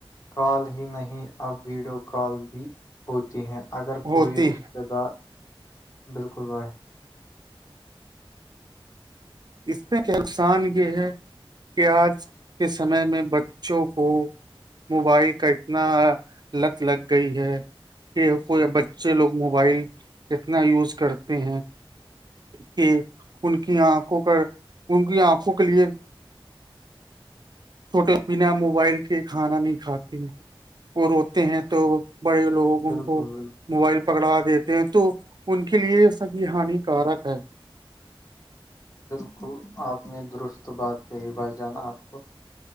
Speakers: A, on the left; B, on the right.
A: کال ہی نہیں اب ویڈیو کال بھی ہوتی ہیں اگر
B: ہوتی
A: کوئی رش ب بالکل بائے
B: اس سے نقصان یہ ہے کہ آج کے سمے میں بچوں کو موبائل کا اتنا لت لگ گئی ہے کہ کوئی بچے لوگ موبائل کتنا یوز کرتے ہیں کہ ان کی آنکھوں کا ان کی آنکھوں کے لیے چھوٹے بنا موبائل کے کھانا نہیں کھاتے ہیں وہ روتے ہیں تو بڑے لوگ
A: بالکل
B: ان کو
A: بالکل
B: موبائل پکڑا دیتے ہیں تو ان کے لیے یہ سبھی ہانیکارک ہے
A: بالکل آپ نے درست بات کہیں بھای جانا آپ کو